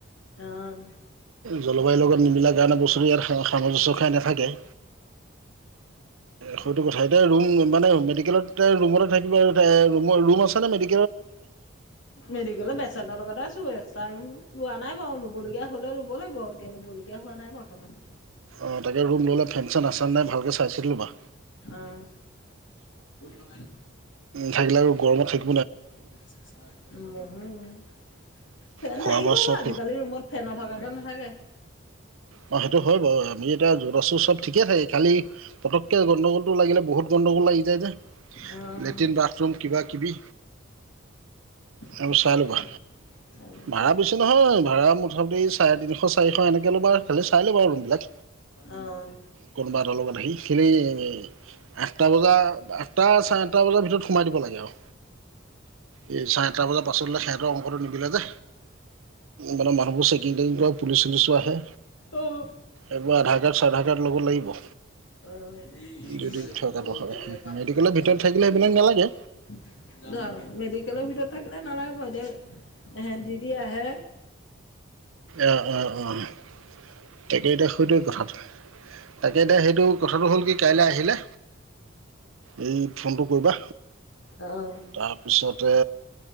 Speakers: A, on the left (about 70°); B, on the right (about 85°).
A: অ'।
B: জলবায়ুৰ লগত নিমিলা কাৰণে বস্তুটো, ইয়াৰ সামঞ্জস্য নেথাকে। এ সটো কথা, এতিয়া ৰুম মানে মেডিকেলত। তে ৰুমতে থাকিব, ৰুম আছে নে মেডি।
A: মেডিকেলৰ বেচটৰ লগতে আছো আৰু <unintelligible> লোৱা নাই বাৰু! ল'বলগীয়া হ'লেও ল'ব লাগিব। এতিয়া ল'বলগীয়া হোৱা নাই বৰ্তমান।
B: অ' তাকে ৰুম ল'লে ফেন-চেন আছে নাই ভালকে চাই-চিতি ল'বা।
A: অ'। <unintelligible>
B: থাকিলে আৰু গৰমত থাকিল।
A: <unintelligible> ফেন
B: খোৱা
A: থাকিব
B: বোৱা
A: বাৰু।
B: চব
A: আজিকালি ৰুমত ফেন নথকাকে নাথাকে।
B: অ' সেইটো হয় বাৰু। আমি এতিয়া য'ত আছোঁ, চব ঠিকে থাকে খালি পটককে গণ্ডগোল। লাগিলে বহুত গণ্ডগোল লাগি যায় যে,
A: অ',
B: লেট্ৰিন বাথৰুম কিবাকিবি।
A: উম,
B: এইবোৰ চাই ল'বা।
A: চাই ল'ব
B: ভাড়া
A: লাগিব।
B: বেছি নহয় ভাড়া। প্ৰথমতে এই চাৰেতিনিশ-চাৰিশ এনেকৈ ল'বা খালি চাই ল'বা ৰুমবিলাক,
A: অ'। অ', অ',
B: কোনোবা এটা লগত আহি। সেই এ আঠটা। বজা, আঠটা-ছাৰেআঠটা বজা ভিতৰত সোমাই দিব লাগে আৰু, চাৰেআঠটা বজাৰ পাছত হ'লে সিহঁতৰ অংকটো নিমিলে যে, মানে মানুহবোৰ চেকিং-তেকিংটো, পুলিচ-চুলিচো আহে।
A: অ'।
B: এইবোৰ আধাৰকাৰ্ড, চাধাৰকাৰ্ড ল'ব লাগিব।
A: অ' <unintelligible>
B: যদি থকাটো হয় মেডিকেলৰ ভিতৰত থাকিলে এইবিলাক নালাগে
A: মেডিকেলৰ ভিতৰত থাকিলে নালাগে বাৰু এতিয়া এহেত দিদি আহে।
B: অ' অ' অ', তাকে এতিয়া সটোৱে কথাটো। তাকে এতিয়া সেইটো কথাটো হ'ল কি কাইলৈ আহিলে, এই ফোনটো কৰিবা।
A: অ',
B: তাৰপিছতে